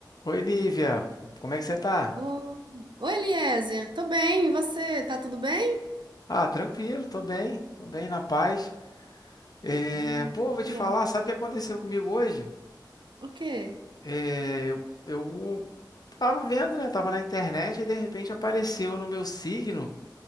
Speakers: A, on the left (about 55°); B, on the right (about 80°).
A: Oi, Lívia, como é que você tá?
B: Ô, Oi, Eliezer, tô bem, e você? Tá tudo bem?
A: Ah, tranquilo, tô bem, tô bem na paz. É,
B: Ah,
A: pô, vou te
B: bom.
A: falar, sabe o que aconteceu comigo hoje?
B: O quê?
A: É, eu, eu tava vendo, né? Tava na internet e de repente apareceu no meu signo